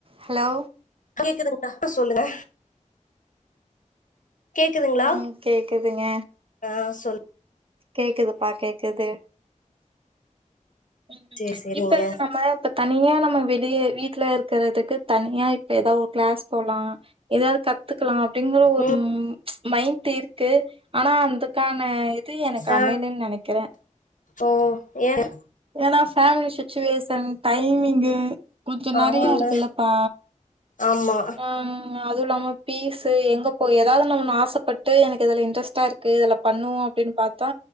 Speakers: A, on the right; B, on the left.
A: Hello
B: கேக்குதுங்களா மட்டும் சொல்லுங்க கேக்குதுங்களா?
A: ம் கேக்குதுங்க
B: ஆ சொல்
A: கேக்குதுப்பா கேக்குது ம்
B: சேரி சேரிங்க
A: இப்ப நம்ம இப்ப தனியா நம்ம வெளிய வீட்ல இருக்கிறதுக்கு தனியா இப்ப ஏதாவது ஒரு கிளாஸ் போலா ஏதாவது கத்துக்கலாம் அப்டிங்குற ஒரு
B: ம்
A: மைண்ட் இருக்கு ஆனா அதுக்கான இது எனக்கு
B: ச
A: அமையலன்னு நெனைக்கிறே
B: ஓ ஏன்
A: ஏன்னா ஃபேமிலி சிட்ச்சுவேஷன் டைமிங்கு கொஞ்சோ
B: ஆமாங்க
A: நறைய இருக்குல்லப்பா
B: ஆமா
A: ஆ அதுவும் இல்லாம பீஸ்சு எங்க போய் ஏதாவது நம்ம ஆசப்பட்டு எனக்கு எதுல இன்ட்ரெஸ்டா இருக்கு இதுல பண்ணுவோம் அப்டின்னு பார்த்தா